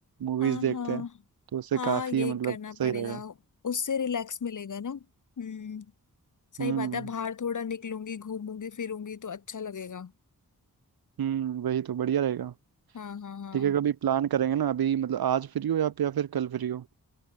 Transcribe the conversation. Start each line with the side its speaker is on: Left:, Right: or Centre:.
Right: मूवीज
Left: हाँ
Right: देखते
Left: हाँ
Right: हैं तो उससे
Left: हाँ
Right: काफी
Left: यही
Right: मतलब
Left: करना
Right: सही
Left: पड़ेगा
Right: रहेगा
Left: उससे रिलैक्स मिलेगा ना हम्म सही
Right: हम्म
Left: बात है बाहर थोड़ा निकलूंगी घूमूंगी फिरूंगी तो अच्छा लगेगा
Right: हम्म वही तो बढ़िया रहेगा
Left: हाँ हाँ हाँ
Right: ठीक है कभी प्लान करेंगे ना अभी मतलब आज फ्री हो या, या फिर कल फ्री हो